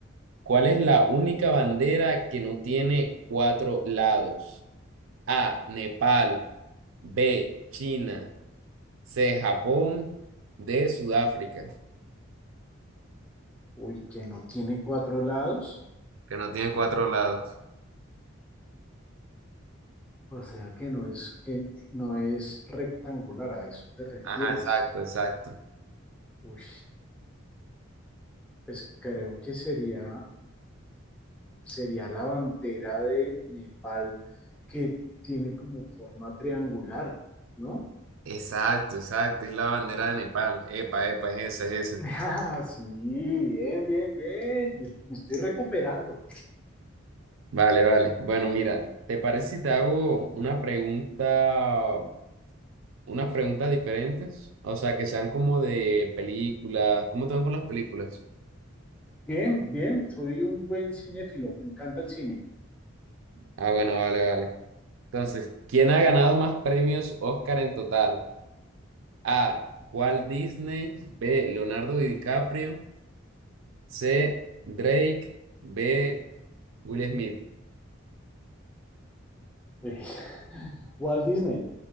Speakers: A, on the right; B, in the centre.
A: ¿cuál es la única bandera que no tiene cuatro lados? A, Nepal, B, China, C, Japón, D, Sudáfrica.
B: Uy, que no tiene cuatro lados,
A: Que no tiene cuatro lados.
B: o sea que no es que no es rectangular, a eso te refieres.
A: Ajá, exacto, exacto.
B: Uy, pues creo que sería sería la bandera de Nepal que tiene como forma triangular, ¿no?
A: Exacto, exacto. Es la bandera de Nepal. Epa, epa, es esa, es esa.
B: <laughs> Ah, sí, bien, bien, bien. Me me estoy recuperando.
A: Vale, vale. Bueno, mira, ¿te parece si te hago una pregunta, unas preguntas diferentes? O sea, que sean como de películas. ¿Cómo te van con las películas?
B: Bien, bien, soy un buen cinéfilo, me encanta el cine.
A: Ah, bueno, vale, vale. Entonces, ¿quién ha ganado más premios Oscar en total? A. Walt Disney. B. Leonardo DiCaprio. C. Drake. B. Will Smith.
B: Eh, <laughs> Walt Disney,